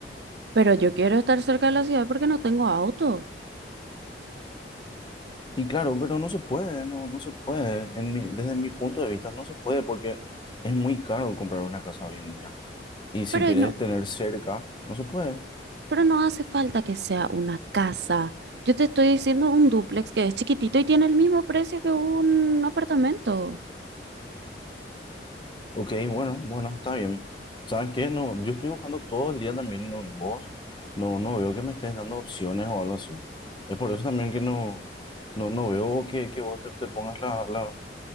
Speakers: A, on the right (about 70°); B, on the left (about 25°).
A: Pero yo quiero estar cerca de la ciudad porque no tengo auto.
B: Y claro, pero no se puede, no, no se puede. En mi- desde mi punto de vista no se puede porque es muy caro comprar una casa hoy en día. Y si
A: Pero
B: querés
A: no,
B: tener cerca, no se puede.
A: pero no hace falta que sea una casa. Yo te estoy diciendo un dúplex que es chiquitito y tiene el mismo precio que un apartamento.
B: Ok, bueno, bueno, está bien. ¿Sabes qué? No, yo estoy buscando todo el día también, no, vos, no, no veo que me estés dando opciones o algo así. Es por eso también que no, no, no veo que, que vos te, te pongas la- la-